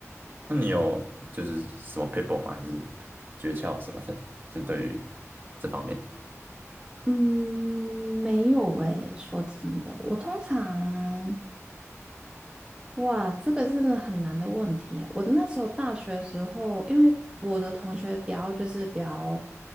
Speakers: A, on the right (about 40°); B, on the right (about 20°).
A: 那你有就是什么 people 吗？还是诀窍什么的？<laughs> 就对于这方面，
B: 嗯，没有诶，说真的，我通常哇，这个真的很难的问题耶我那时候大学的时候，因为我的同学比较就是比较